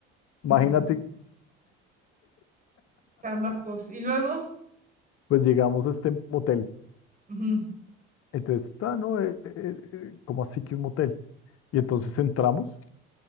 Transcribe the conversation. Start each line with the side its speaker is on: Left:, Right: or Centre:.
Left: Imagínate,
Right: <laughs> Chamacos. Y luego.
Left: pues llegamos a este motel.
Right: Ujú,
Left: Entonces, está, ¿no? Eh, eh, eh, como así que un motel. Y entonces entramos